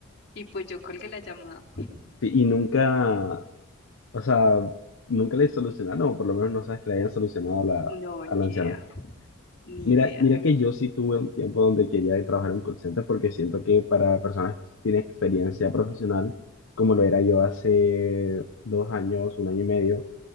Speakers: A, on the left; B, on the left.
A: Y pues yo colgué la llamada.
B: y y nunca, o sea, nunca le solucionaron, o por lo menos no sabes que le hayan solucionado a la,
A: No, ni
B: a la anciana.
A: idea, ni
B: Mira,
A: idea.
B: mira que yo sí tuve un tiempo donde quería trabajar en call center porque siento que para personas sin experiencia profesional, como lo era yo hace dos años, un año y medio,